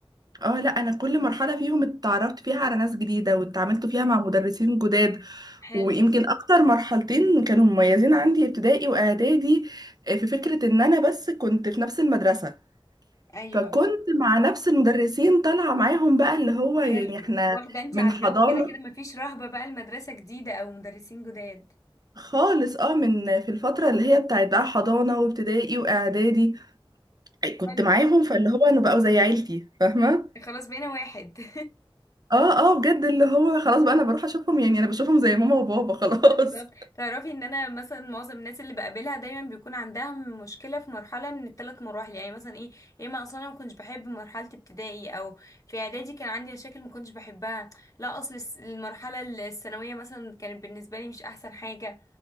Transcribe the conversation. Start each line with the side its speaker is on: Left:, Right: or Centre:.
Right: اه لا انا كل مرحلة فيهم اتعرفت فيها على ناس جديدة واتعاملت فيها مع مدرسين جداد
Left: حلو
Right: ويمكن اكتر مرحلتين كانوا مميزين عندي ابتدائي واعدادي آه، في فكرة ان انا بس كنت في نفس المدرسة
Left: ايوه
Right: فكنت مع نفس المدرسين طالعة معاهم بقى اللي هو
Left: حلو
Right: يعني احنا
Left: واخدة انتي
Right: من
Left: على
Right: حضانة
Left: الجو كده كده مفيش رهبة بقى المدرسة جديدة او مدرسين جداد
Right: خالص اه من في الفترة اللي هي بتاعت بقى حضانة وابتدائي واعدادي كنت
Left: حلو
Right: معاهم فاللي هو انا بقوا زي عيلتي فاهمة
Left: خلاص بقينا واحد <laughs>
Right: اه اه بجد اللي هو خلاص بقى انا بروح اشوفهم يعني انا بشوفهم زي ماما وبابا خلاص
Left: بالظبط تعرفي ان انا مثلا معظم الناس اللي بقابلها دايما بيكون عندها مشكله في مرحله من الثلاث مراحل يعني مثلا ايه يا اما اصلا انا ما كنتش بحب مرحله ابتدائي او في اعدادي كان عندي مشاكل ما كنتش بحبها لا اصل الس- المرحله الثانويه مثلا كانت بالنسبه لي مش احسن حاجه